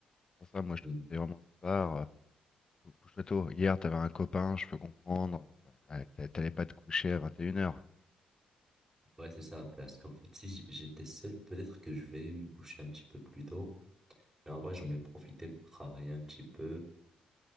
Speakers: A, on the left; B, on the right.
A: pour ça, moi, je te
B: Mm.
A: conseille vraiment ce soir. euh, cou- Couche-toi tôt. Hier, t'avais un copain, je peux comprendre. euh, ouais, t'a- T'allais pas te coucher à 21h.
B: Ouais, c'est ça, parce qu'en fait, si j- j'étais seul, peut-être que je vais me coucher un petit peu plus tôt. Mais en vrai, j'en ai profité pour travailler un petit peu